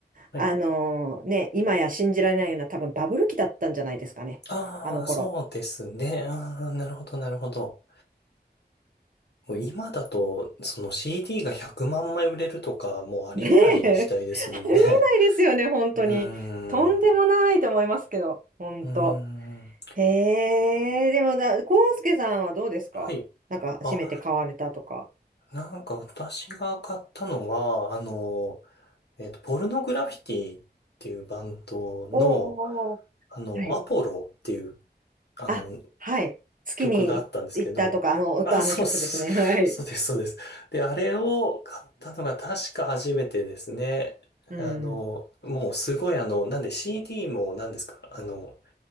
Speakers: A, on the left (about 70°); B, on the right (about 50°).
A: はい。
B: あのね、今や信じられないような多分バブル期だったんじゃないですかね、
A: ああ、
B: あの頃。
A: そうですね。ああ、なるほど、なるほど。もう今だと、その CD が100万枚売れるとか、もうありえない時代ですもんね。
B: ねえ、<laughs> ありえないですよね、本当に。
A: うーん。
B: とんでもないと思いますけど、本当。
A: うーん。
B: へえ、でもだ、コウスケさんはどうですかなんか、
A: はい。あ、
B: 初めて買われたとか。
A: なんか私が買ったのは、あの、えっと、ポルノグラフィティっていうバンドの、
B: おーおーお
A: あの、
B: ーはい。
A: アポロっていう、あの、
B: あ、はい。月にい行ったとか、
A: 曲があったんですけど、
B: あの、
A: あ、
B: あの曲ですね。
A: そうそう、
B: <laughs> はい。
A: そうです、そうです。で、あれを買ったのが確か初めてですね。
B: うん。
A: あの、もうすごいあの、なんで CD も何ですかあの、